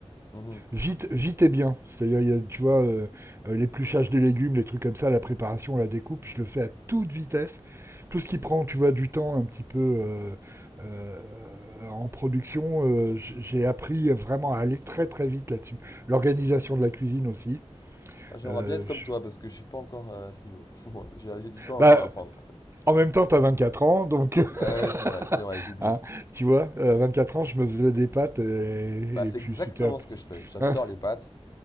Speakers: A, on the left; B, on the right.
A: Mhm.
B: Vite, vite et bien. C'est-à-dire, il y a, tu vois, euh, euh, l'épluchage des légumes, les trucs comme ça, la préparation, la découpe, je le fais à toute vitesse. Tout ce qui prend, tu vois, du temps un petit peu euh, euh, en production, euh, j- j'ai appris vraiment à aller très très vite là-dessus. L'organisation de la cuisine aussi.
A: Ah, J'aimerais
B: Euh,
A: bien être comme
B: je-
A: toi parce que je suis pas encore euh, à ce niveau. <laughs> Bon, j'ai j'ai du temps
B: Bah,
A: hein, pour apprendre.
B: en même temps, t'as 24 ans, donc, <laughs>
A: Ah ouais, c'est vrai, c'est vrai, j'oublie.
B: hein, tu vois, euh, à 24 ans, je me faisais des pâtes et,
A: Bah, c'est
B: et puis
A: exactement
B: c'était un peu...
A: ce que je fais.
B: <laughs>
A: J'adore
B: hein,
A: les pâtes,